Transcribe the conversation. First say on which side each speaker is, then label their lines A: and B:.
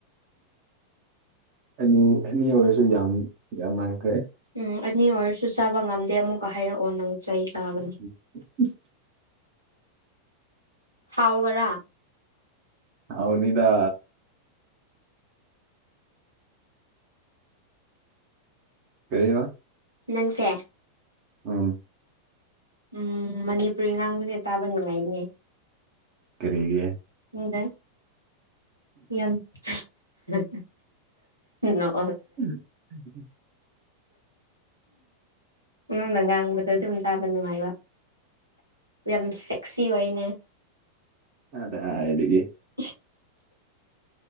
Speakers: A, on the right; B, on the right.
A: ꯑꯅꯤ ꯑꯅꯤ ꯑꯣꯏꯔꯁꯨ ꯌꯥꯝ ꯌꯥꯝ ꯌꯥꯃꯟꯈ꯭ꯔꯦ
B: ꯎꯝ ꯑꯅꯤ ꯑꯣꯏꯔꯁꯨ ꯆꯥꯕ ꯉꯝꯗꯦ ꯑꯃꯨꯛꯀ ꯍꯥꯏꯔꯛꯑꯣ ꯅꯪ ꯆꯩ ꯆꯥꯒꯅꯤ
A: <inaudible>
B: ꯍꯥꯎꯕꯔꯥ
A: ꯍꯥꯎꯅꯤꯗ ꯀꯔꯤꯕ
B: ꯅꯪꯁꯦ
A: ꯎꯝ
B: ꯎꯝ ꯃꯅꯤꯄꯨꯔꯤ ꯉꯥꯡꯕꯖꯦ ꯇꯥꯕ ꯅꯨꯡꯉꯥꯏꯅꯦ
A: ꯀꯔꯤꯒꯤ
B: ꯈꯪꯗꯦ ꯌꯥꯝ <unintelligible> ꯅꯣ
A: <inaudible>
B: ꯎꯝ ꯅꯪꯅ ꯉꯥꯡꯕꯗ ꯑꯗꯨꯝ ꯇꯥꯕ ꯅꯨꯡꯉꯥꯏꯕ ꯌꯥꯝ ꯁꯦꯛꯁꯤ ꯑꯣꯏꯅꯦ
A: ꯑꯗꯥꯏꯗꯒꯤ
B: <inaudible>